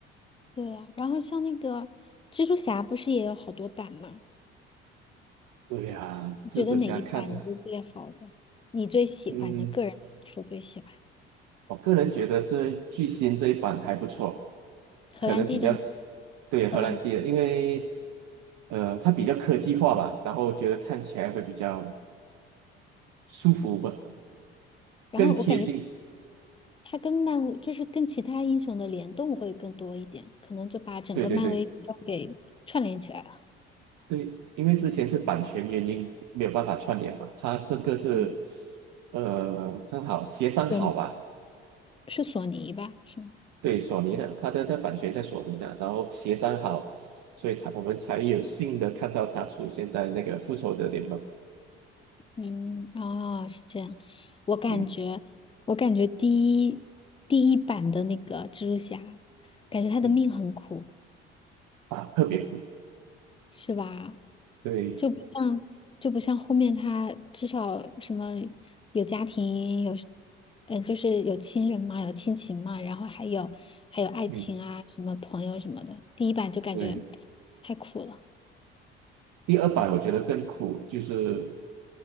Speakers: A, on the left (about 15°); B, on the right (about 60°).
A: 对呀、然后像那个蜘蛛侠，不是也有好多版吗？
B: 对呀、
A: 你觉得哪一版是最好的？
B: 蜘蛛侠看的，
A: 你最喜欢的，
B: 嗯，
A: 个人来说最喜欢
B: 我个人觉得这巨星这一版还不错，
A: 荷兰弟的那
B: 可能比较喜对荷兰弟的，
A: 荷兰弟的。
B: 因为呃，它比较科技化吧，然后觉得看起来会比较舒服吧，
A: 然后我感觉
B: 更贴近。
A: 他跟漫威就是跟其他英雄的联动会更多一点，可能就把整个漫威宇宙给串联起来了。
B: 对对对对，因为之前是版权原因没有办法串联嘛，它这个是
A: 嗯，
B: 呃刚好协商好吧，
A: 索尼是索尼吧？是吗？
B: 对索尼的，它的它版权在索尼的，然后协商好，所以才我们才有幸的看到它出现在那个复仇者联盟，
A: 嗯，哦，是这样。我感觉，
B: 嗯
A: 我感觉第一第一版的那个蜘蛛侠，感觉他的命很苦，
B: 嗯啊，特别酷，
A: 是吧？
B: 对，
A: 就不像就不像后面他至少什么有家庭，有，嗯，就是有亲人嘛，有亲情嘛，然后还有还有爱情啊，
B: 嗯
A: 什么朋友什么的。第一版就感觉
B: 对，
A: 太苦了。
B: 第二版我觉得更酷，就是